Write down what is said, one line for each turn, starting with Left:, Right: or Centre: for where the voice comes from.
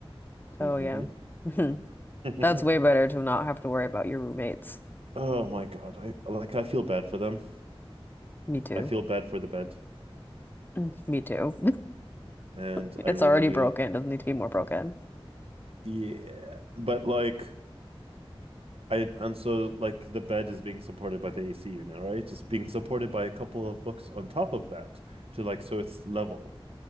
Left: Oh,
Right: Mm-hmm.
Left: yeah. hmm That's
Right: <laughs>
Left: way better to not have to worry about your roommates.
Right: Oh my God. I like I feel bad for them.
Left: Me too.
Right: I feel bad for the bed.
Left: Mm, Me too. <laughs>
Right: And
Left: It's
Right: I really
Left: already
Right: need
Left: broken. Doesn't need to be more broken.
Right: yeah. But like I and so like the bed is being supported by the AC unit, right? It's being supported by a couple of books on top of that to like so it's level.